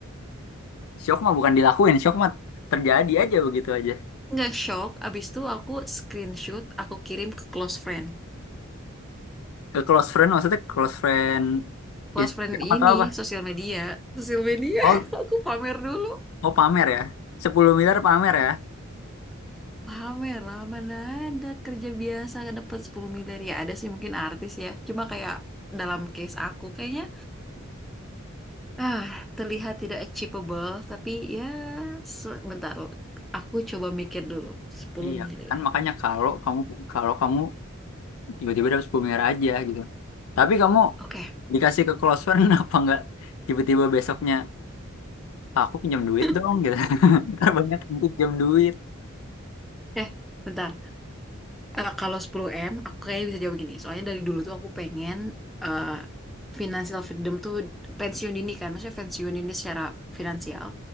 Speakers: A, on the left; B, in the centre.
A: Syok mah bukan dilakuin, syok mah terjadi aja begitu aja.
B: Nggak shock, abis itu aku screenshot, aku kirim ke close friend.
A: Ke close friend maksudnya close friend
B: Close
A: Instagram
B: friend ini
A: atau apa?
B: sosial media. Sosial media,
A: Oh,
B: <laughs> aku pamer dulu.
A: oh pamer ya. sepuluh miliar pamer ya.
B: Pamer lah, mana ada kerja biasa dapat 10 miliar. Ya ada sih mungkin artis ya. Cuma kayak dalam case aku kayaknya Ah, terlihat tidak achievable, tapi ya sebentar. Aku coba mikir dulu. sepuluh
A: Iya,
B: miliar.
A: kan makanya kalau kamu kalau kamu tiba-tiba dapat 10 miliar aja gitu. Tapi kamu
B: Oke.
A: dikasih ke close friend <laughs> apa enggak tiba-tiba besoknya "Ah, aku pinjam duit
B: <laughs>
A: dong gitu. <laughs> Ntar banyak yang pinjam duit.
B: Eh, bentar. Eh, kalau sepuluh m aku kayaknya bisa jawab gini. Soalnya dari dulu tuh aku pengen eh, financial freedom tuh pensiun dini kan. Maksudnya pensiun dini secara finansial.